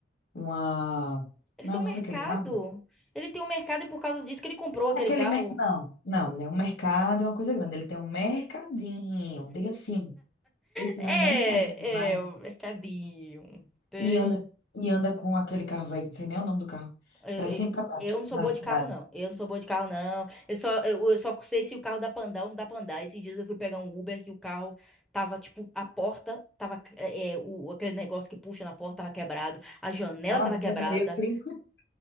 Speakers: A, on the left; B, in the centre.
A: uma.
B: Ele
A: Não
B: tem
A: é o
B: um
A: nome
B: mercado.
A: daquele carro?
B: Ele tem um mercado e por causa disso que ele comprou aquele
A: Aquele
B: carro.
A: mercado. Não, não, mulher, o mercado é uma coisa grande. Ele tem um mercadinho, diga assim. Ele tem
B: É,
A: um mercadinho de bairro
B: é, o mercadinho. Tem.
A: e anda, e anda com aquele carro velho, que não sei nem o nome do carro,
B: Eu,
A: pra
B: eu-
A: cima e pra baixo,
B: eu não sou
A: na
B: boa
A: cidade.
B: de carro, não. Eu não sou boa de carro, não. Eu só, eu, eu só sei se o carro dá pra andar ou não dá pra andar. Esses dias eu fui pegar um Uber que o carro tava, tipo, a porta tava, é, é, o, aquele negócio que puxa na porta tava quebrado, a janela
A: Ave
B: tava quebrada.
A: Maria, eu trinco <laughs> e